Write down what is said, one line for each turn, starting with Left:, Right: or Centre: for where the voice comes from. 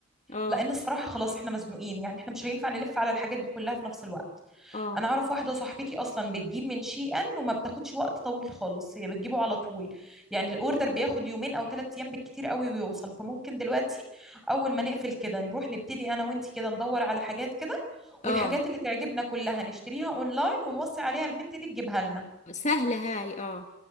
Left: اه
Centre: لان الصراحه خلاص احنا مزنوقين يعني احنا مش هينفع نلف على الحاجات دي كلها في نفس الوقت
Left: اه
Centre: انا اعرف واحده صاحبتي اصلا بتجيب من شي ان وما بتاخدش وقت طويل خالص هي بتجيبه على طول يعني الاوردر بياخد يومين او ثلاث ايام بالكتير قوي ويوصل فممكن دلوقتي اول ما نقفل كده نروح نبتدي انا وانتي كده ندور على حاجات كده والحاجات
Left: اه
Centre: اللي تعجبنا كلها نشتريها اونلاين ونوصي عليها البنت دي تجيبها لنا
Left: سهلة هاي اه